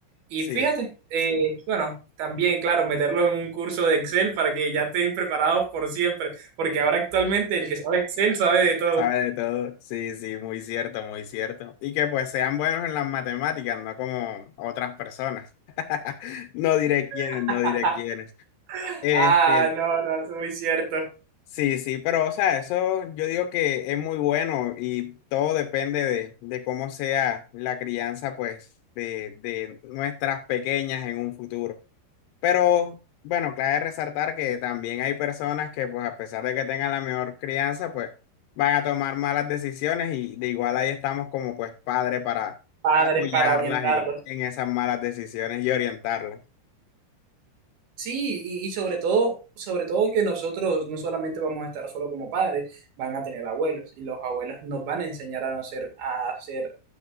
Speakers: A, on the right; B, on the left.
A: Y
B: Sí.
A: fíjate, eh, bueno, también, claro, meterlos en un curso de Excel para que ya estén preparados por siempre, porque ahora actualmente el que sabe Excel sabe de todo.
B: Sabe de todo. Sí, sí, muy cierto, muy cierto. Y que pues sean buenos en las matemáticas, no como otras personas. <laughs> No diré quiénes,
A: <laughs>
B: no diré quiénes. Este,
A: Ah, no, no, es muy cierto.
B: sí, sí, pero o sea, eso yo digo que es muy bueno y todo depende de, de cómo sea la crianza, pues, de, de nuestras pequeñas en un futuro. Pero bueno, clave resaltar que también hay personas que pues a pesar de que tengan la mejor crianza, pues van a tomar malas decisiones y de igual ahí estamos como pues padre para
A: Padres
B: apoyarlas
A: para orientarlos.
B: en, en esas malas decisiones y orientarlas.
A: Sí, y, y sobre todo, sobre todo que nosotros no solamente vamos a estar solo como padres, van a tener abuelos y los abuelos nos van a enseñar a no ser, a ser